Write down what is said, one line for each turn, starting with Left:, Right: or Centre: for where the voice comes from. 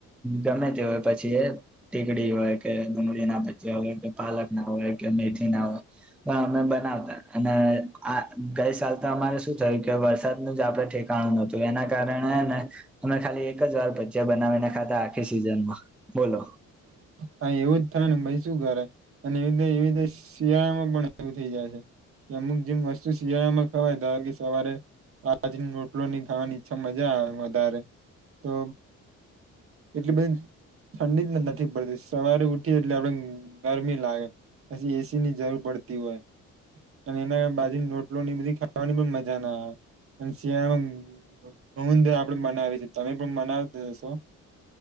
Centre: ગમે તે હોય પછી એ ટીકડી હોય કે ડુંગળી ના ભજીયા હોય કે પાલક ના હોય કે મેથી ના હોય પણ અમે બનાવતા અને આ ગઈ સાલ તો અમારે શું થયું કે વરસાદનું જ આપણે ઠેકાણું નતું એના કારણે ને અમે ખાલી એક જ વાર ભજીયા બનાવીને ખાતા આખી સિઝનમાં બોલો.
Right: હા એવું જ થાય ને ભાઈ શું કરે અને એવી રી એવી રીતે શિયાળામાં પણ એવું થઈ જાય છે કે અમુક જેમ વસ્તુ શિયાળામાં ખવાય ધાર કે સવારે બાજ રોટલોની ખાવાની ઈચ્છા મજા આવે વધારે તો એટલી બધી ઠંડી નથી પડતી શિ સવારે ઉઠી એટલે આપ ગરમી લાગે પછી એસીની જરૂર પડતી હોય અને એના બાજરી નો રોટલો ની બધી ખાવાની પણ મજા ના આવે અને શિયાળામાં ગંધર આપણે બનાવી છે તમે પણ બનાવેશો?